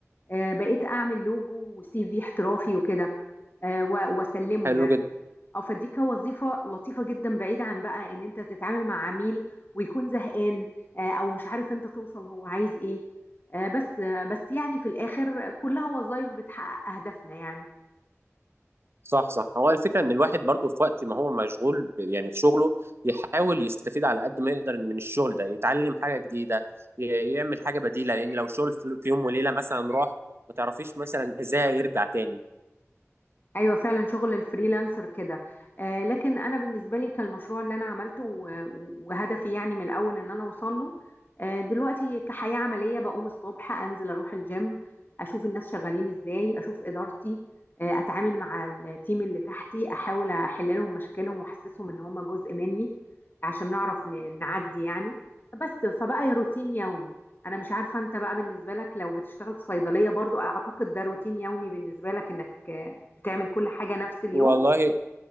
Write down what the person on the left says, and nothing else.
آه بقيت اعمل لوجو وسي في احترافي وكده آه و- واسلمه
يعني
اه فدي كوظيفه لطيفه جدا بعيده عن بقى ان انت تتعامل مع عميل ويكون زهقان آه او مش عارف انت توصل هو عايز ايه آه بس آه بس يعني في الاخر كلها وظائف بتحقق اهدافنا يعني
ايوه فعلا شغل الفريلانسر كده آه لكن انا بالنسبه لي كالمشروع اللي انا عملته و- وهدفي يعني من الاول ان انا اوصل له آه دلوقتي كحياه عمليه بقوم الصبح انزل اروح الجيم اشوف الناس شغالين ازاي اشوف ادارتي آه اتعامل مع التيم اللي تحتي احاول احل لهم مشاكلهم واحسسهم ان هم جزء مني عشان نعرف ن- نعدي يعني بس فبقى يا روتين يومي انا مش عارفه انت بقى بالنسبه لك لو بتشتغل في صيدليه برضو اعتقد ده روتين يومي بالنسبه لك انك بتعمل كل حاجة نفس اليوم